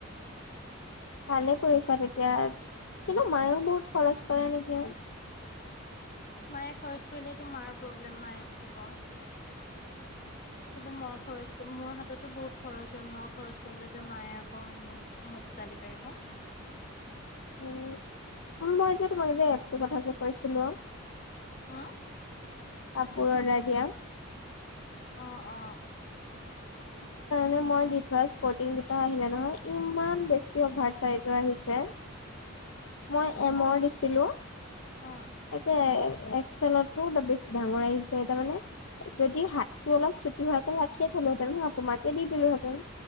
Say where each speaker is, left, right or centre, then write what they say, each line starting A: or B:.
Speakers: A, on the left; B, on the left.
A: ভালে কৰিছা তেতিয়া কিন্তু মায়েও বহুত খৰচ কৰে নেকি?
B: মায়ে খৰচ কৰিলেতো মাৰ প্ৰব্লেম মায়ে দি দিব।
A: <unintelligible>
B: কিন্তু মই খৰচ মোৰ হাততো বহুত খৰচ হয় মই খৰচ কৰিলো যে মায়ে আকৌ মোক মোক গালি পাৰিব।
A: উম মই যে তোমাক যে এপটো কথাটো কৈছিলো।
B: হম
A: কাপোৰ অৰ্ডাৰ দিয়া।
B: অহ - অহ
A: আজিৰকাৰনে মই দি থোৱা স্পৰ্টিং দুটা আহিলে নহয় ইমান বেছি অভাৰ চাইজৰ আহিছে। যে মই এমৰ
B: অ
A: দিছিলো।
B: অ
A: এতিয়া একচেলতকো বেছি ডাঙৰ আহিছে এ তাৰ মানে- যদি হাতটো অলপ চুটি হোৱাহেতেন ৰাখিয়ে থলো হেতেন হা তোমাকে দি দিলোহেঁতেন।